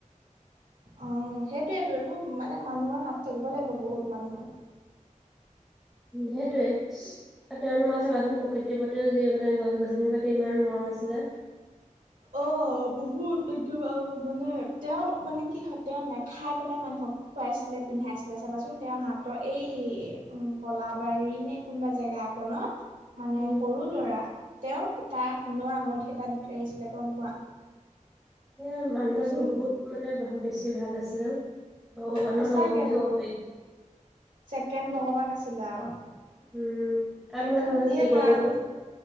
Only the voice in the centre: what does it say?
উম সেইটোৱে। আৰু তেওঁলোকৰ চাবাচোন প্ৰকৃতিৰ প্ৰতিও যি মানে গছ গছনিৰ প্ৰতি ইমান মৰম আছিলে।
উম
এ মানুহজন
বহুত মানে ব বেছি ভাল আছিলে অ। ভগৱানৰ
লগৰ বুলিয়েই ক'ব পাৰি।
উম
আৰু তোমাৰ চাবাচোন
জীৱ
জন্তু,